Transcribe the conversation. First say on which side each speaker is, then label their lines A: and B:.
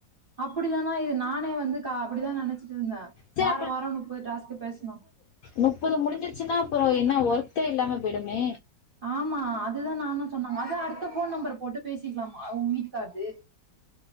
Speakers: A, on the right; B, on the left.
A: அப்படிதானா இது நானே வந்து க அப்படிதா நெனச் ட்டு இருந்தே
B: சரி
A: வார வாரோ நுப்பது டாஸ்க்கு பேஸ்னோ
B: நுப்பது முடிஞ்சிர்ச்சுன்னா அப்புறோ என்ன ஒருக்கே இல்லாம போய்டுமே
A: ஆமா அதுதா நானு சொன்னங்க அது அடுத்த ஃபோன் நம்பர் போட்டு பேசிக்லாமா உங்க வீட்டுக்கார்து